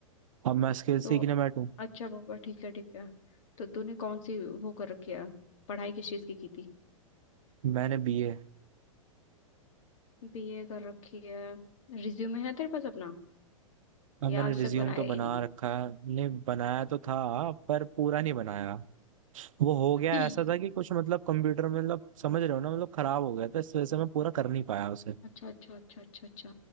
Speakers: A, on the right; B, on the left.
A: अब मैं स्किल्स
B: तो
A: सीखने बैठूं
B: अच्छा पापा ठीक है ठीक है तो तूने कौन सी वो कर रखी है पढ़ाई किस चीज की की थी
A: मैंने बीए
B: बीए कर रखी है रिज्यूमे है तेरे पास अपना
A: अब
B: या
A: मैंने
B: आज
A: रिज्यूम
B: तक बनाया
A: तो बना
B: ही नहीं
A: रखा है नहीं बनाया तो था पर पूरा नहीं बनाया वो हो
B: <clears throat>
A: गया ऐसा था कि कुछ मतलब कंप्यूटर में मतलब समझ रहे हो ना मतलब खराब हो गया था इस वजह से मैं पूरा कर नहीं पाया उसे
B: अच्छा अच्छा अच्छा अच्छा अच्छा